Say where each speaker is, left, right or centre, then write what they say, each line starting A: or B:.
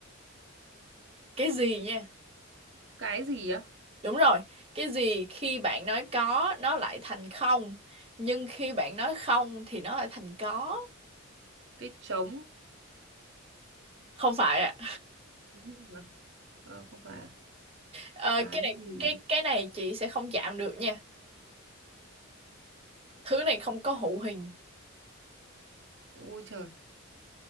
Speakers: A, on the right; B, on the right.
A: Cái gì nha?
B: Cái gì á?
A: Đúng rồi, cái gì khi bạn nói có nó lại thành không, nhưng khi bạn nói không thì nó lại thành có.
B: Cái trống.
A: Không phải ạ.
B: Đúng rồi. Ờ, không phải. à?
A: Ờ,
B: Cái
A: cái này
B: gì?
A: cái cái này chị sẽ không chạm được nha. Thứ này không có hữu hình.
B: Ôi trời.